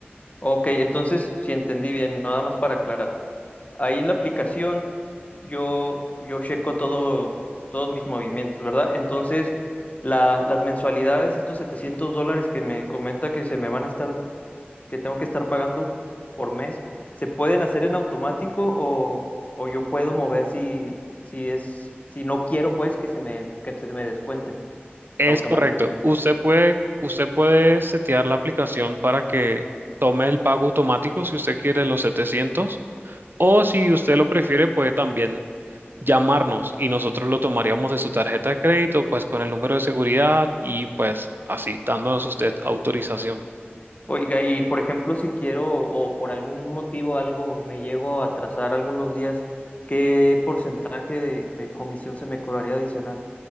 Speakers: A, on the left (about 35°); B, on the right (about 60°).
A: Ok, entonces, si entendí bien, nada más para aclarar. Ahí en la aplicación yo, yo checo todo, todos mis movimientos, ¿verdad? Entonces, la- las mensualidades, estos 700 dólares que me comenta que se me van a estar, que tengo que estar pagando por mes, ¿se pueden hacer en automático o, o yo puedo mover si, si es, si no quiero, pues, que se me, que se me descuenten
B: Es
A: automáticamente?
B: correcto. Usted puede, usted puede setear la aplicación para que tome el pago automático si usted quiere los 700, o si usted lo prefiere puede también llamarnos y nosotros lo tomaríamos de su tarjeta de crédito, pues con el número de seguridad y pues así dándonos usted autorización.
A: Oiga, y por ejemplo, si quiero o por algún motivo algo me llego a atrasar algunos días, ¿qué porcentaje de, de comisión se me cobraría adicional?